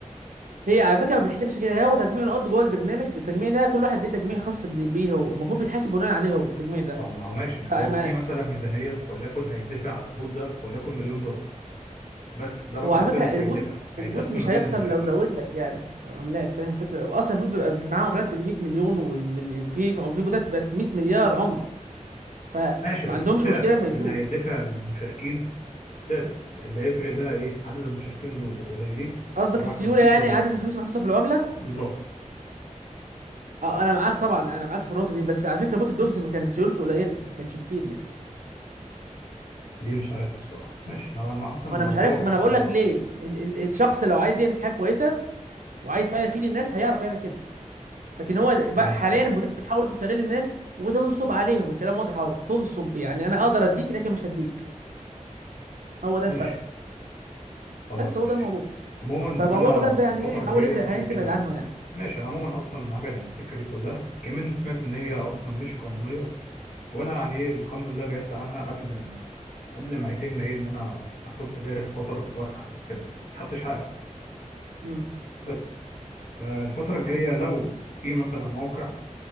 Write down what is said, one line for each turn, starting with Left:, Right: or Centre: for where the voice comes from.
Right: هي على فكره ما بتحسبش كده هو تجميع النقط جوه البرنامج التجميع ده كل واحد ليه تجميع خاص بن- بيه هو المفروض بيتحاسب بناء عليه هو التجميع ده
Left: طب ما هو ماشي ما
Right: فما
Left: هو في مثلا ميزانية وليكن هيدفع على البوت ده وليكن مليون دولار بس ده رقم
Right: هو على
Left: ثابت
Right: فكره البوت
Left: هيدفع هيتقسم
Right: البوت مش
Left: ما بين
Right: هيخسر
Left: المشاركين
Right: لو زود لك يعني عملات فاهم فكره هو اصلا البوت بيبقى في- معاه عملات ب 100 مليون والملي... في في بوتات بقت 100 مليار عمله فما
Left: ماشي بس
Right: عندهمش
Left: السعر
Right: مشكله ما يدوك
Left: اللي هيدفع للمشاركين ثابت اللي هيفرق بقى ايه عدد المشاركين دول لو قليلين
Right: قصدك
Left: واحد
Right: السيوله
Left: نصيب
Right: يعني
Left: كل
Right: عدد
Left: واحد
Right: الفلوس المحطوطه في العمله
Left: بالظبط
Right: اه انا معاك طبعا انا معاك في النقطه دي بس على فكره بوت الدوجز ما كان سيولته قليله ما كانش كتير يعني
Left: دي مش عارفها بصراحة ماشي انا ما اصلا انا
Right: وانا مش
Left: بتوقع
Right: عارف ما انا
Left: بقول
Right: بقول لك
Left: رأيي
Right: ليه ال ال الشخص
Left: ماشي.
Right: لو عايز يعمل حاجه كويسه وعايز فعلا يفيد الناس هيعرف يعمل كده لكن هو بقى
Left: فهمتك
Right: حاليا
Left: اه
Right: البوتات بتحاول تستغل الناس وتنصب عليهم الكلام واضح اهو تنصب يعني انا اقدر اديك لكن مش هديك هو ده
Left: ماشي
Right: الفرق
Left: خلاص
Right: بس هو
Left: ماشي
Right: ده الموضوع
Left: عموما
Right: فموضوع
Left: انا
Right: البوتات
Left: الفترة
Right: ده يعني ايه حاول
Left: الجاية
Right: انت
Left: في
Right: حاليا تبعد
Left: كده
Right: عنه يعني
Left: ماشي انا عموما اصلا هبعد عن السكة دي كلها كمان سمعت ان هي اصلا مش قانونية وانا يعني ايه الحمد لله بعدت عنها قبل ما قبل ما يتم ايه ان انا ادخل في دايرة خطر واسحب كده ما سحبتش حاجة
Right: امم
Left: بس آه، الفترة الجاية لو في مثلا موقع